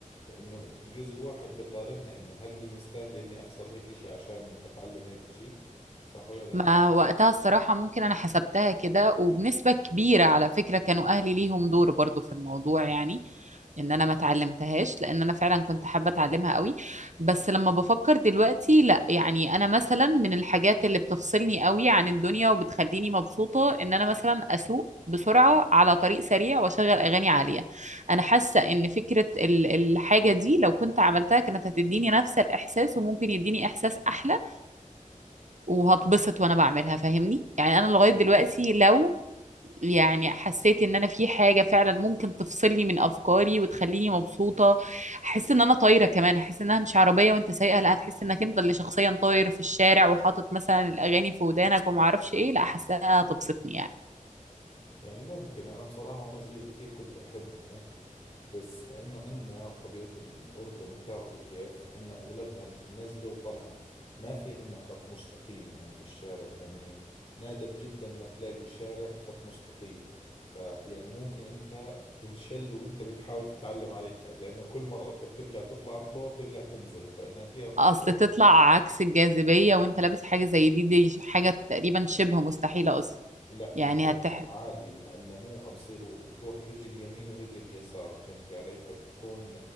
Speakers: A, on the left; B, on the right.
A: فإنه بجوز الواحد بقارنها إنه هل هي مستاهلة إني أخسر هيك إشي عشان أتعلم هيك إشي صح ولا لا؟
B: ما وقتها الصراحة ممكن أنا حسبتها كده وبنسبة كبيرة على فكرة كانوا أهلي ليهم دور برضو في الموضوع يعني إن أنا ما اتعلمتهاش لأن أنا فعلا كنت حابة أتعلمها قوي بس لما بفكر دلوقتي لا يعني أنا مثلا من الحاجات اللي بتفصلني قوي عن الدنيا وبتخليني مبسوطة إن أنا مثلا أسوق بسرعة على طريق سريع وأشغل أغاني عالية أنا حاسة إن فكرة ال- الحاجة دي لو كنت عملتها كانت هتديني نفس الإحساس وممكن يديني إحساس أحلى وهتبسط وانا بعملها فاهمني يعني انا لغاية
A: آه
B: دلوقتي
A: آه
B: لو يعني حسيت ان انا في حاجة فعلا ممكن تفصلني من افكاري وتخليني مبسوطة احس ان انا طايرة كمان احس انها مش عربية وانت سايقة لا هتحس انك انت اللي شخصيا طاير في الشارع وحاطط مثلا الاغاني في ودانك وما اعرفش ايه لا احسها هتبسطني يعني
A: يعني ممكن أنا بصراحة وأنا صغير كثير كنت أحبها بس لأنه عندنا طبيعة الأردن بتعرفي كيف عندنا أغلبها نزلة وطلعة ما في عندنا خط مستقيم يعني في الشارع يعني نادر جدا ما تلاقي شارع خط مستقيم فيعني ممكن أنت تنشل وأنت بتحاول تتعلم عليها لأنه كل مرة بدك ترجع تطلع طلوع وترجع تنزل فإنها فيها خطورة
B: اصل تطلع عكس الجاذبية وانت لابس حاجة زي دي دي حاجة تقريبا شبه مستحيلة اصلا
A: لا
B: يعني
A: ما هو
B: هتح...
A: عادي بتعلموها بصيروا تروح رجل يمين ورجل يسار فهمتي علي فبتكون